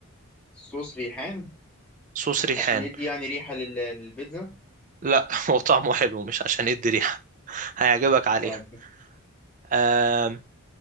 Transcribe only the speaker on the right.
صوص ريحان
لا <laughs> هو طعمه حلو مش عشان يدي ريحة هيعجبك
عليها آمم،